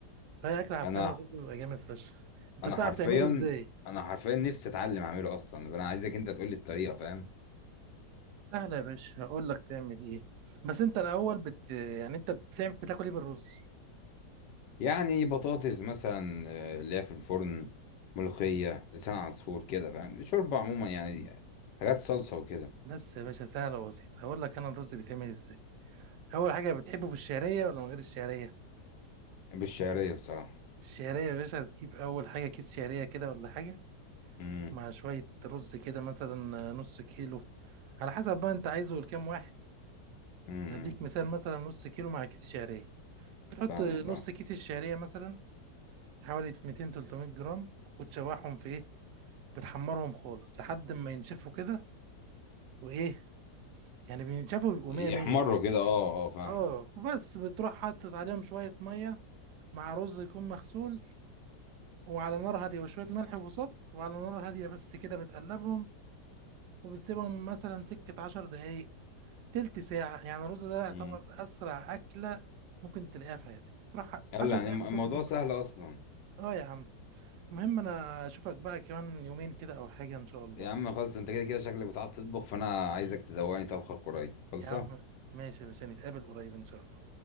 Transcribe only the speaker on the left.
انا
انا
حرفيا
انا حرفيا نفسي اتعلم اعمله اصلا فانا عايزك انت تقول لي الطريقه فاهم
يعني بطاطس مثلا آه، اللي هي في الفرن ملوخيه لسان عصفور كده فاهم شوربه عموما يعني حاجات صلصه وكده
بالشعريه الصراحه
امم
امم
فاهمك
اه
يحمروا
كده اه اه آه، فاهم
امم
يلا
يعني
الم-
الموضوع
سهل
اصلا
يا عم خلص انت كده كده شكلك بتعرف تطبخ فانا عايزك تدوقني طبخه قريب خلصه